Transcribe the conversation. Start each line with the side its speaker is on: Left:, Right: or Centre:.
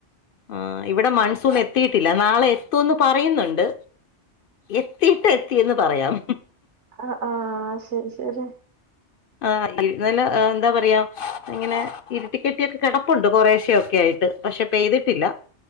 Left: ആഹ് ഇവിടെ മൺസൂൺ എത്തിയിട്ടില്ല. നാളെ എത്തുന്ന് പറയുന്നുണ്ട്. എത്തീട്ട് എത്തിയെന്ന് പറയാം.
Right: ആ ആ ശരി ശരി
Left: ആ <unintelligible> എന്താ പറയാ ഇങ്ങനെ ഇരിട്ടിക്കെട്ടിയൊക്കെ കിടപ്പുണ്ട്. കൊറേശ്ശെ ഒക്കെ ആയിട്ട്. പക്ഷെ പെയ്തിട്ടില്ല.